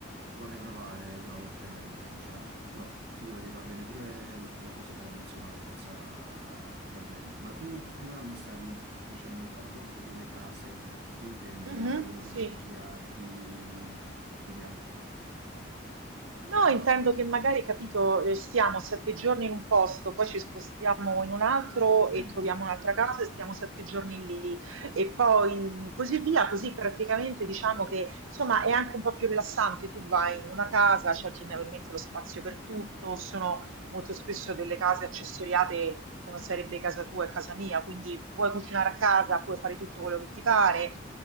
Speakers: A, on the right; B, on the right.
A: vorrei provare una volta nella vita, sinceramente. Però figurati, va bene pure la cosa tradizionale senza ah, problemi. Ma tu prima mi stavi dicendo il fatto delle case, che intendi
B: Mhm,
A: come tipologia
B: sì.
A: di, di viaggio?
B: No, intendo che magari, capito, eh, stiamo sette giorni in un posto, poi ci spostiamo in un altro e
A: Mm.
B: troviamo un'altra casa e stiamo sette giorni lì e poi così via, così praticamente diciamo che insomma è anche un po' più rilassante, tu vai in una casa, c'è generalmente lo spazio per tutto, sono molto spesso delle case accessoriate come sarebbe casa tua e casa mia, quindi vuoi cucinare a casa, puoi fare tutto quello che ti pare,